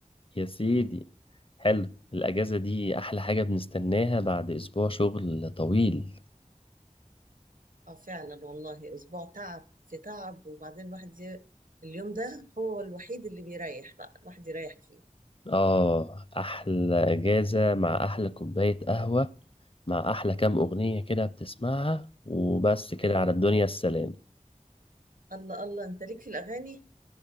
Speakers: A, on the left; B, on the right.
A: يا سيدي حلو الاجازة دي احلى حاجة بنستناها بعد اسبوع شغل طويل
B: اه فعلا والله اسبوع تعب في تعب وبعدين الواحد ي... اليوم ده هو الوحيد اللي بيريح بقى الواحد يريح فيه
A: اه احلى اجازة مع احلى كوباية قهوة مع احلى كام اغنية كده بتسمعها وبس كده
B: ايوه
A: على الدنيا السلام
B: الله الله انت ليك في الاغاني